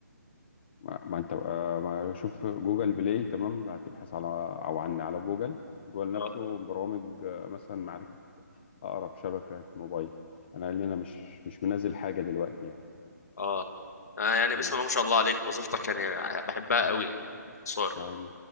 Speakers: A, on the left (about 35°); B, on the left (about 60°).
A: ما, ما أنت بقى ما شوف جوجل بلاي تمام هتبحث على أو عن على جوجل جوجل
B: اه
A: نفسه برامج آه، مثلا معرفة أقرب شبكة موبايل أنا قال لي أنا مش مش منزل حاجة دلوقتي يعني
B: اه آه، يعني
A: تمام
B: بسم الله ما شاء الله عليك وظيفتك يعني بحبها قوي يعني صار
A: فهي